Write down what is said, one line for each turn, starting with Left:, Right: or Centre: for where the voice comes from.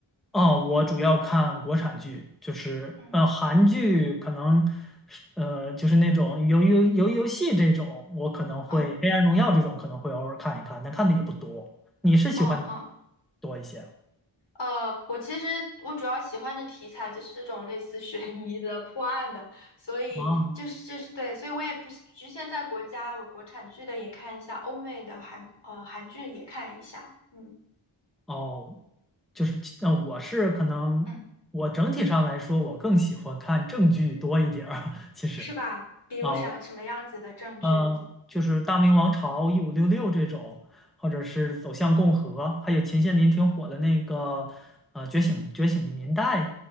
Centre: 哦，我主要看国产剧，就是呃韩剧可能是呃就是那种游游游游戏这种，
Left: 嗯。
Centre: 我可能会《黑暗荣耀》这种可能会偶尔看一看，
Left: 哦。
Centre: 但看的也不多。你是喜欢哪
Left: 嗯嗯，
Centre: 多一些
Left: 呃，我其实我主要喜欢的题材就是这种类似悬疑的、破案的，所以就是就是对，
Centre: 啊？
Left: 所以我也不局限在国家，我国产剧的也看一下，欧美的韩呃韩剧也看一下，嗯
Centre: 哦，就是，呃，我是可能我整体上来说，
Left: 嗯，
Centre: 我更喜欢看正剧多一点儿。<laughs> 其实
Left: 是吧？比如啥什么样子的证据？
Centre: 啊，呃，就是《大明王朝》一五六六这种，或者是《走向共和》，还有前些年挺火的那个呃《觉醒觉醒年代》